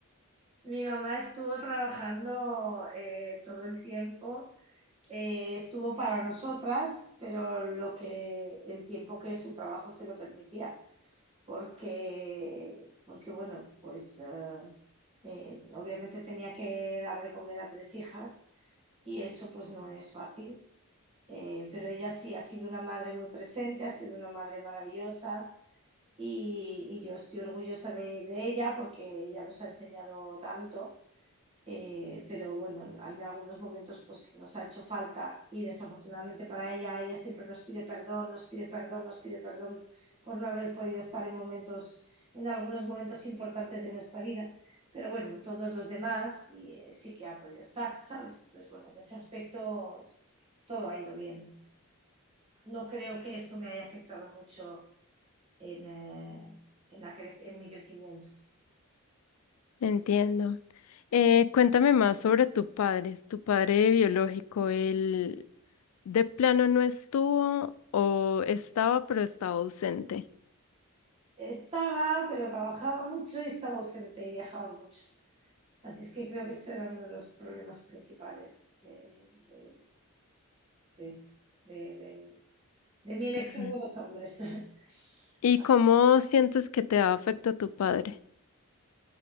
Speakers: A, on the right; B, on the left.
A: Mi mamá estuvo trabajando eh, todo el tiempo. Eh, estuvo para nosotras, pero lo que el tiempo que su trabajo se lo permitía, porque, porque bueno, pues eh, eh, obviamente tenía que dar de comer a tres hijas y eso pues no es fácil. Eh, pero ella sí ha sido una madre muy presente, ha sido una madre maravillosa, y, y yo estoy orgullosa de, de ella porque ella nos ha enseñado tanto, eh, pero bueno, en algunos momentos pues nos ha hecho falta y desafortunadamente para ella, ella siempre nos pide perdón, nos pide perdón, nos pide perdón por no haber podido estar en momentos, en algunos momentos importantes de nuestra vida. Pero bueno, en todos los demás y, eh, sí que ha podido estar, ¿sabes? Entonces, bueno, en ese aspecto todo ha ido bien. No creo que eso me haya afectado mucho en, eh, en la cre- en mi crecimiento.
B: Entiendo. Eh, cuéntame más sobre tu padre, tu padre biológico. ¿Él de plano no estuvo o estaba pero estaba ausente?
A: Estaba, pero trabajaba mucho y estaba ausente y viajaba mucho. Así es que creo que esto era uno de los problemas principales de, de- de esto, de, de- de mi elección
B: Ujú.
A: de los hombres. <laughs>
B: ¿Y cómo sientes que te ha afectado tu padre?